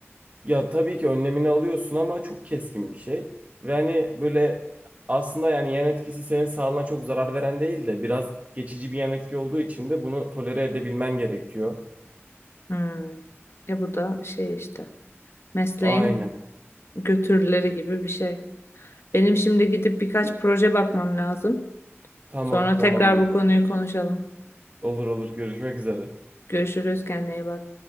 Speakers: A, on the right (about 35°); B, on the left (about 60°).
A: Ya tabii ki önlemini alıyorsun ama çok keskin bir şey. Ve hani böyle aslında yani yan etkisi senin sağlığına çok zarar veren değil de biraz geçici bir yan etki olduğu için de bunu tolere edebilmen gerekiyor.
B: Hmm. E bu da şey işte. Mesleğin
A: Aynen.
B: götürüleri gibi bir şey. Benim şimdi gidip birkaç proje bakmam lazım.
A: Tamam,
B: Sonra
A: tamamdır.
B: tekrar bu konuyu konuşalım.
A: Olur olur. Görüşmek üzere.
B: Görüşürüz. Kendine iyi bak.